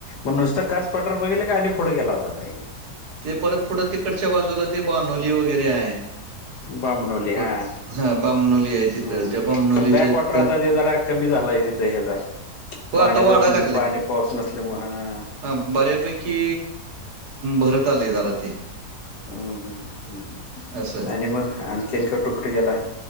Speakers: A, on the left; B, on the right.
A: मग नुसतं कास पठार बघितल का आणि पुढे गेला होता काही?
B: ते परत पुढं तिकडच्या बाजूला ते बानोली वगैरे आहे.
A: बामणवली हा
B: प हा बामणोली आहे
A: हम्म.
B: तिथं त्या बामणोली
A: पण बॅक
B: च्या
A: वॉटर
B: तिथं
A: आता ते जरा कमी झाला आहे तिथं ह्याचा
B: हो,
A: पाण्याचा
B: आता वाढायला
A: पाणी पाऊस नसल्यामुळें हा
B: हा बऱ्यापैकी भरत आले जरा ते
A: हम्म ह्म्म
B: असं.
A: आणि मग आणखी कुठं कुठं गेला?